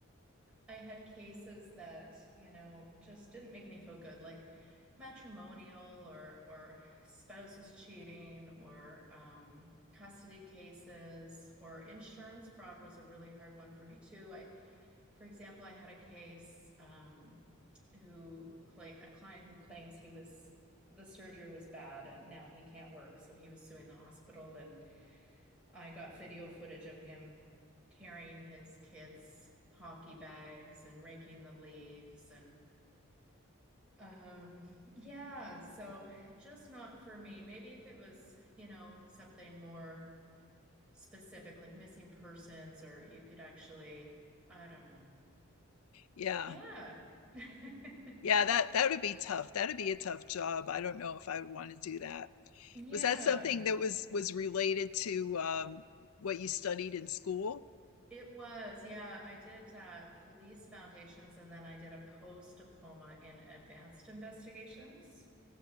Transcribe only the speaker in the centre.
I had cases that, you know, just didn't make me feel good, like matrimonial or or spouses cheating or um custody cases or insurance fraud was a really hard one for me too. I, for example, I had a case um who cla a client who claims he was the surgery was bad and now he can't work, so he was suing the hospital and I got video footage of him carrying his kids' hockey bags and raking the leaves and um yeah, so just not for me. Maybe if it was, you know, something more specific like missing persons or you could actually, I don't know.
Yeah. <laughs>
Yeah,
it was. Yeah, I did uh, police foundations and then I did a post diploma in advanced investigations.